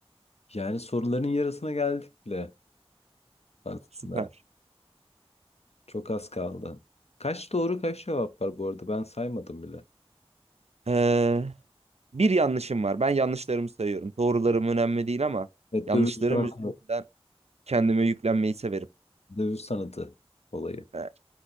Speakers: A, on the left; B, on the right.
A: Yani soruların yarısına geldik bile aslında.
B: Süper.
A: Çok az kaldı. Kaç doğru kaç cevap var bu arada ben saymadım bile.
B: Ee, bir yanlışım var. Ben yanlışlarımı sayıyorum. Doğrularım önemli değil ama
A: Evet
B: yanlışlarım
A: dövüş sanatı,
B: üzerinden kendime yüklenmeyi severim.
A: dövüş sanatı olayı.
B: Evet.